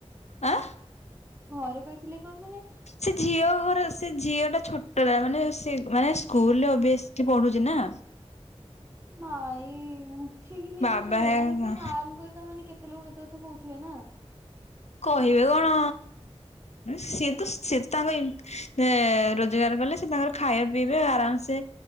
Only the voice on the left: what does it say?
ଆଁ
ସେ ଝିଅ ଘର, ସେ ଝିଅଟା ଛୋଟ ମାନେ ସେ ମାନେ ସ୍କୁଲରେ ଓବିଅସଲି ପଢୁଛି ନା
ବାବା
କହିବେ କଣ? ସି ତ ସେ ତାଙ୍କ ରୋଜଗାର କଲେ, ସେ ତାଙ୍କର ଖାଇବା ପିଇବେ ଆରାମସେ